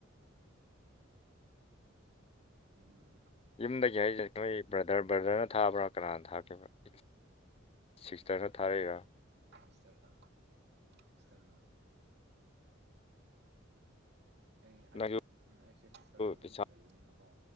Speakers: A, on the right (about 55°); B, on the left (about 30°).
A: ꯌꯒ
B: ꯌꯨꯝꯗꯒꯤ ꯍꯥꯏꯖꯩ ꯅꯣꯏ ꯕ꯭ꯔꯗꯔ ꯕ꯭ꯔꯗꯔꯅ ꯊꯥꯕ꯭ꯔꯥ ꯀꯅꯥꯅ ꯊꯥꯈꯤꯕꯦ ꯁꯤꯛꯁꯇꯔꯅ ꯊꯥꯔꯛꯏꯔ
A: ꯁꯤꯁꯇꯔꯅ ꯁꯤꯁꯇꯔꯅ ꯑꯩ ꯑꯩ
B: ꯅꯪꯁꯨ
A: ꯑꯩꯁꯦ ꯁꯤꯁꯇꯔꯒ
B: ꯄꯩꯁꯥ
A: ꯂꯩꯕꯅꯤꯅꯀꯣ